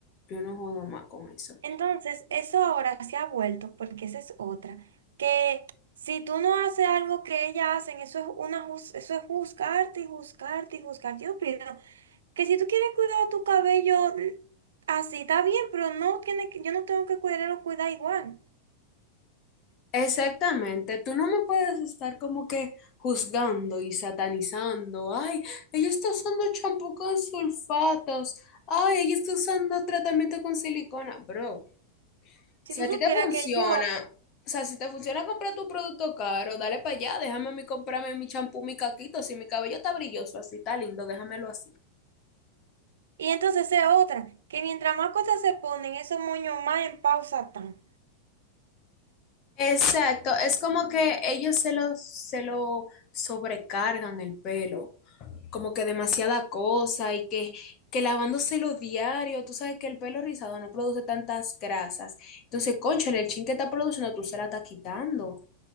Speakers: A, on the left; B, on the right.
A: yo no jodo más con eso.
B: Entonces, eso ahora se ha vuelto, porque esa es otra, que si tú no haces algo que ellas hacen, eso es una juz- eso es juzgarte y juzgarte y juzgarte. Yo opino que si tú quieres cuidar tu cabello mm, así, está bien, pero no tiene que, yo no tengo que cuidarlo, cuidar igual.
A: Exactamente, tú no me puedes estar como que juzgando y satanizando. Ay, ella está usando champú con sulfatos. Ay, ella está usando tratamiento con silicona. Bro,
B: Si
A: si
B: tú
A: a
B: supieras
A: ti te funciona,
B: que yo,
A: o sea, si te funciona comprar tu producto caro, dale para allá, déjame a mí comprarme mi champú, mi caquito. Si mi cabello está brilloso, así está lindo, déjamelo así.
B: y entonces es otra, que mientras más cosas se ponen, esos moños más en pausa están.
A: Exacto, es como que ellos se lo, se lo sobrecargan el pelo. como que demasiada cosa y que, que lavándoselo diario, tú sabes que el pelo rizado no produce tantas grasas. Entonces, cónchale, el chin que está produciendo, tú se la estás quitando.